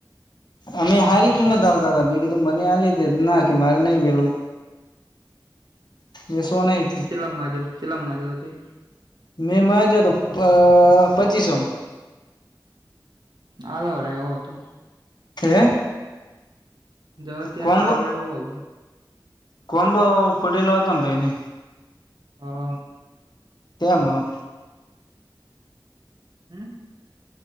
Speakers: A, on the left; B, on the right.
A: અમે હારી કિંમત હાલતા તો મેં કીધું મને આલી દે ના કે મારે નહીં વેલું એ સો નઈ
B: ચેલ્લા માગયા ચેલ્લા માગ્યા તે
A: મેં માગ્યા તા પ પચીસોમાં
B: આલવરાય એવો હતો.
A: હે
B: જયો ત્યાં
A: કોમબો
B: પાલવ એવો હતો
A: કોમ્બો ફૂટેલો હતો ને ભાઈ ને
B: હા હા
A: તો એ મ
B: હમ્મ.